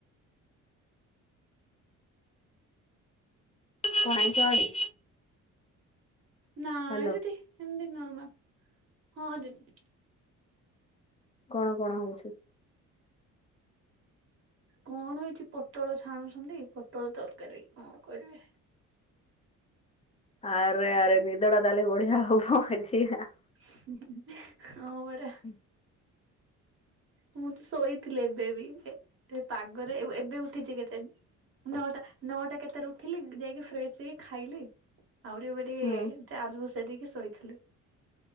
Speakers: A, on the left; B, on the right.
A: କଣ ଆଇଁଷ ଆଜି?
B: ନାଁ
A: ହାଲୋ
B: ଦିଦି ଏମିତି ନର୍ମାଲ ହଁ ଦିଦି।
A: କଣ କଣ ହଉଛି?
B: କଣ ହେଇଛି? ପୋଟଳ ଛାଣୁଛନ୍ତି ପୋଟଳ ତରକାରୀ କଣ କରିବେ।
A: ଆରେ ଆରେ ନିଦଟା ତାହାଲେ ବଢ଼ିଆ ହବ ଆଜି ଆଉ।
B: ହିଁ ପରା।
A: <inaudible>
B: ମୁଁ ତ ଶୋଇଥିଲି ଏବେ ବି ଏ ପାଗରେ ଏ ଏବେ ଉଠିଛି କେତେ ନଅଟା ନଅଟା କେତେରେ ଉଠିଲି ଯାଇକି ଫ୍ରେସ୍ ହେଇକି ଖାଇଲି। ଆହୁରି ଏବେ ଟିକେ
A: ହୁଁ।
B: ଚାର୍ଜ ବସେଇ ଦେଇକି ଶୋଇଥିଲି।